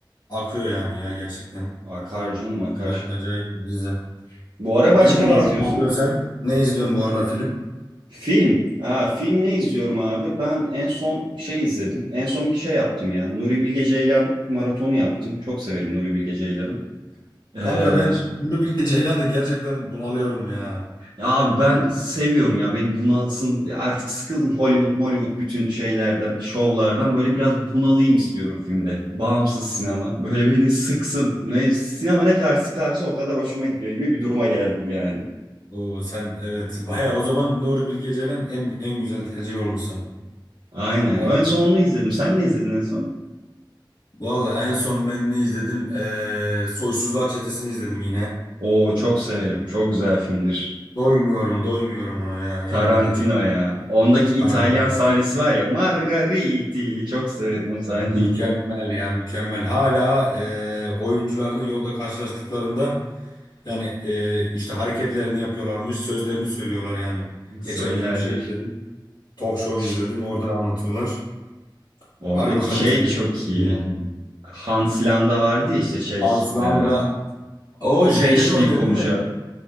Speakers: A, on the left; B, on the right.
A: Akıyor yani ya gerçekten.
B: Akar canım akar.
A: Acayip, acayip bir dizi.
B: Bu ara başka
A: Film olarak
B: ne izliyorsun?
A: ne yapıyorsun sen? Ne izliyorsun bu ara film?
B: Film. Aa, film ne izliyorum abi? Ben en son şey izledim. En son bir şey yaptım ya. Nuri Bilge Ceylan maratonu yaptım. Çok severim Nuri Bilge Ceylan'ı. Ee,
A: Kanka ben Nuri Bilge Ceylan'da gerçekten bunalıyorum ya.
B: ya abi ben seviyorum ya. Beni bunalsın. Artık sıkıldım Hollywood, Hollywood bütün şeylerden, şovlardan. Böyle biraz bunalayım istiyorum filmde. Bağımsız sinema. Böyle beni sıksın. Ne, sinema ne kadar sıkarsa o kadar hoşuma gidiyor gibi bir duruma geldim yani.
A: Oo, sen evet <laughs> bayağı o zaman Nuri Bilge Ceylan en en güzel tercih olmuş sana.
B: Aynen.
A: Harbi.
B: En son onu izledim. Sen ne izledin en son?
A: Valla en son ben ne izledim? Ee, Soysuzlar Çetesi'ni izledim yine.
B: Oo çok severim. Çok güzel filmdir.
A: Doymuyorum, doymuyorum ona ya yemin
B: Tarantino
A: ederim.
B: ya. Ondaki
A: Tarantino.
B: İtalyan sahnesi var ya. Margariti. Çok severim o sahneyi.
A: Mükemmel ya mükemmel. Hala e, oyuncularını yolda karşılaştıklarında yani e, işte hareketlerini yapıyorlarmış, sözlerini söylüyorlar yani.
B: <laughs> Söylerler.
A: Geçen gün bir şey izledim. Talk show
B: Ş-
A: izledim. Orada anlatıyorlar.
B: Oradaki
A: Harbi kaliteli.
B: şey çok iyi.
A: Yani.
B: Hans Landa vardı ya işte şey.
A: Aslan
B: e,
A: da o
B: o
A: şeyde
B: beş
A: de oynuyor
B: dil konuşan.
A: değil mi?